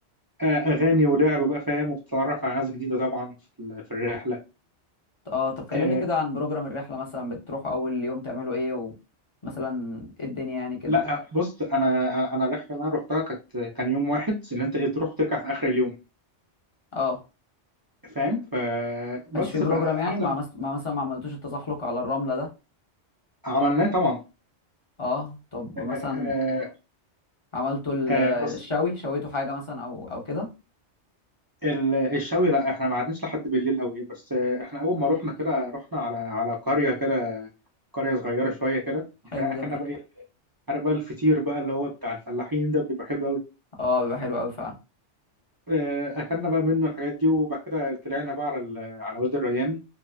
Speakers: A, on the right; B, on the left.
A: آه، اغاني ولعب بقى فاهم وبتتعرف على ناس جديده طبعا في ال- في الرحله
B: اه طب كلمني
A: آه
B: كده عن بروجرام الرحلة مثلا بتروحوا أول يوم تعملوا ايه ومثلا ايه الدنيا يعني كده
A: لا آه، بص انا انا الرحله اللي انا رحتها كانت كان يوم واحد اللي انت إيه، تروح وترجع في اخر اليوم
B: اه
A: فاهم فبس
B: كانش في بروجرام
A: فاحسن
B: يعني مع, مس... مع مثلا ما عملتوش التزحلق على الرملة ده
A: عملناه طبعا
B: اه طب
A: آه
B: مثلا
A: آه
B: عملتوا ال-
A: آه، بص
B: الشوي شويتوا حاجة مثلا أو أو كده
A: ال- الشوي لا احنا ما قعدناش لحد بالليل قوي بس آه، احنا اول ما رحنا كده رحنا على على قريه كده قريه صغيره شويه كده
B: حلو
A: فاكلنا
B: جميل
A: بقى ايه عارف بقى الفطير بقى اللي هو بتاع الفلاحين ده بيبقى حلو قوي
B: اه بيبقى حلو أوي فعلا
A: آه، اكلنا بقى منه الحاجات دي وبعد كده طلعنا بقى على ال- على وادي الريان